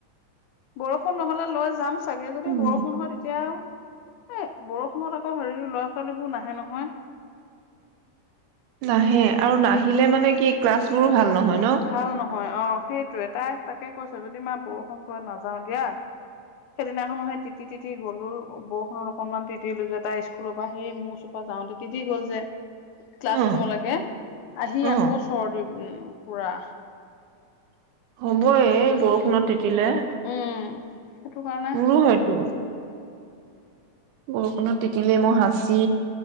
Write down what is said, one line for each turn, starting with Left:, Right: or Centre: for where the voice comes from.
Left: বৰষুণ নহলে লৈ যাম চাগে যদি
Right: উম
Left: বৰষুণ হয় তেতিয়া এই বৰষুণত আকৌ হেৰি লৰা ছোৱালীবোৰ নাহে নহয়
Right: নাহে আৰু নাহিলে মানে কি ক্লাছ বোৰো ভাল নহয় ন
Left: ভাল ন হয় অ সেইটোয়ে তাই তাকে কৈছ যদি মা বৰষুণ পৰে নাযাও দিয়া সেইদিনাখনো সেই তিতি তিতি গলো বৰষুণত অকনমান তিতিলো যে তাই স্কুলৰ পৰা সেই মোৰ ওচৰ পৰা যাওতে তিতি গ'ল যে ক্লাছ
Right: অ
Left: ৰুমলৈকে আহি
Right: অ
Left: আকৌ চৰ্দি উ কুৰা
Right: হ'ব এ বৰষুণত তিতিলে
Left: উম সেইটো কাৰণে
Right: মোৰো হয়তো বৰষুণত তিতিলেই মোৰ হাঁচি